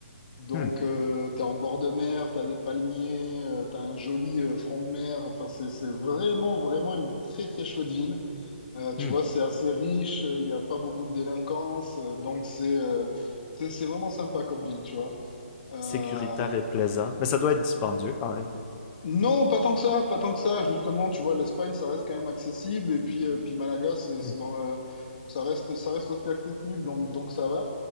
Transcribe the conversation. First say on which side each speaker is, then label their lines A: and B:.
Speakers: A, on the left (about 45°); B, on the left (about 20°).
A: Donc
B: Hmm,
A: euh, t'es en bord de mer, t'as des palmiers, euh, t'as un joli euh, front de mer. Enfin c'est c'est vraiment vraiment une très très chouette ville. Euh, tu
B: hmm.
A: vois, c'est assez riche, euh, il n'y a pas beaucoup de délinquance, euh, donc c'est euh, c'est c'est vraiment sympa comme ville, tu vois. Euh,
B: Sécuritaire et plaisant, mais ça doit être dispendieux quand même.
A: Non, pas tant que ça, pas tant que ça. Justement, tu vois, l'Espagne, ça reste quand même accessible. Et puis, euh, puis Malaga, c'est, c'est
B: Hmm,
A: dans le, ça reste, ça reste aussi accessible, donc, donc ça va.